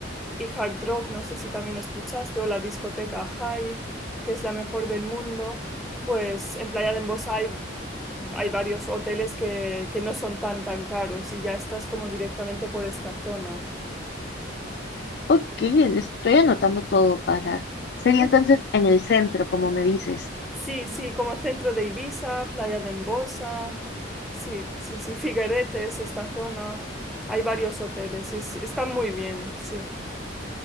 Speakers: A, in the centre; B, on the left (about 60°).
A: y hard rock, no sé si también escuchaste, o la discoteca High, que es la mejor del mundo, pues en Playa de Embosa hay, hay varios hoteles que, que no son tan tan caros y ya estás como directamente por esta zona.
B: ok, estoy anotando todo para... Sería
A: <laughs>
B: entonces en el centro, como me dices.
A: Sí, sí, como centro de Ibiza, Playa de Embosa, sí, sí, sí, Figueretes, esta zona, hay varios hoteles y es- están muy bien, sí.